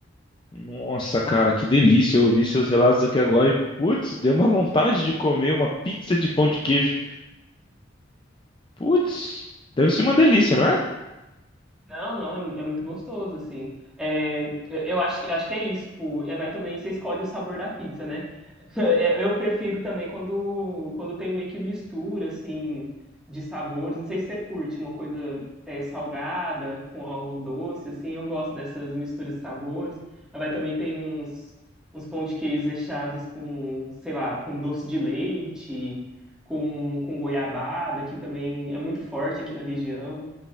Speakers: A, on the left (about 25°); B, in the centre.
A: Nossa, cara, que delícia. Eu ouvi seus relatos aqui agora e, putz, deu uma vontade de comer uma pizza de pão de queijo. Putz, deve ser uma delícia, não é?
B: Não, não, é, é muito gostoso, assim. É, eu eu acho que, acho que é isso, tipo, é, vai também, você escolhe o sabor da pizza, né? <laughs> É, Eu prefiro também quando, quando tem meio que mistura, assim, de sabores. Não sei se você curte uma coisa é, salgada com algo doce, assim, eu gosto dessas misturas de sabores. Aí Vai também tem uns, uns pão de queijo recheados com, sei lá, com doce de leite, com, com goiabada, que também é muito forte aqui na região.